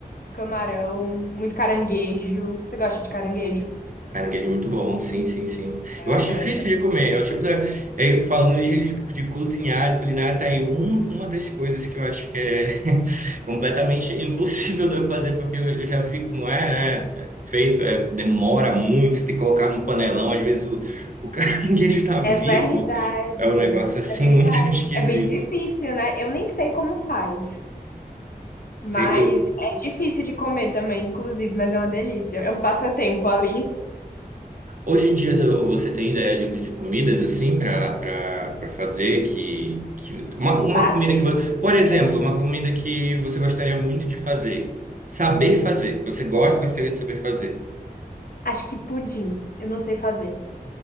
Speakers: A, on the left; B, on the right.
A: camarão, muito caranguejo. Você gosta de caranguejo?
B: Caranguejo é muito bom, sim, sim, sim.
A: Ah,
B: Eu
A: Eu adoro
B: acho difícil
A: também.
B: de comer. É o tipo da. é, falando de, de, de cozinhar, de culinária, tá aí um- uma das coisas que eu acho que é <laughs> completamente impossível de eu fazer, porque eu, eu já vi como é, né? é Feito, é, demora muito, tem que colocar no panelão. Às vezes o, o <laughs> caranguejo tá
A: É
B: vivo.
A: verdade.
B: É um negócio assim
A: É verdade.
B: muito <laughs> esquisito.
A: É bem difícil, né? Eu nem sei como faz. Mas
B: Sei, eu,
A: é difícil de comer também, inclusive, mas é uma delícia. É um passatempo ali.
B: Hoje em dia você tem ideia de, de comidas assim para para fazer que, que uma, uma
A: Passei.
B: comida que você, por exemplo, uma comida que você gostaria muito de fazer, saber fazer, você gosta, gostaria de saber fazer.
A: Acho que pudim. Eu não sei fazer.